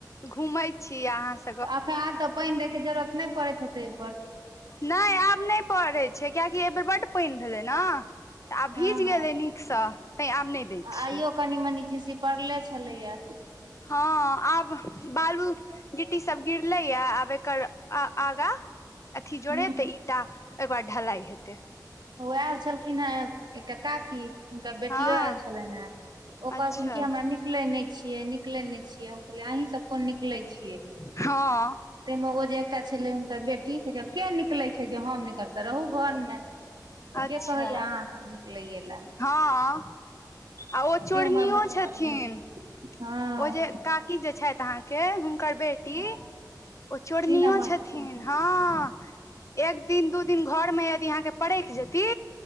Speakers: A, on the left; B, on the right.
A: घुमै छी अहाँ सब
B: तऽ एखन आब तऽ पानि दै के जरूरत नहि पड़ैत हेतै ओपर।
A: नहि आब नहि पड़ै छै। कियकि एहि बेर बड्ड पानि भेलै ने। तऽ आब
B: हँ
A: भीज
B: हँ
A: गेलै नीकसँ तैं, आब नहि दैत छियै।
B: आइयो कनि मनी झीसी पढ़ले छलैया।
A: हँ आब बालू, गिट्टी सब गिरले य आब एकर आगाँ, अथी जोड़े
B: हूँ
A: तऽ ईटा एकार ढलाई हेतै,
B: ओ आयल छलखिन हेँ, एकआ काकी हुनकर बेटियो
A: हँ
B: आयल छलनि हेँ। ओ
A: अच्छा
B: कहलखिन क हमरा निकले नहि छियै, निकले नहि छियै, हम कहलियै, अहीं सब कोन निकले छियै।
A: हँ।
B: ताहिमे ओ जे एकटा छलै हुनकर बेटी केिया निकलै छै, जे हम निकलते रहू घरमे।
A: अच्छा
B: के कहैया अहाँ सँ निकलै ऐला,
A: हँ आ ओ चोरनियो
B: उम्हर मच्छर
A: छथिन,
B: कटबै हँ
A: ओ जे काकी जे छे, अहाँके हुनकर बेटी,
B: हँ
A: ओ चोरनियो
B: तीन नम्बर
A: छथिन
B: के, हँ
A: हँ। एक दिन दू दिन घरमे यदि अहाँके परक जेती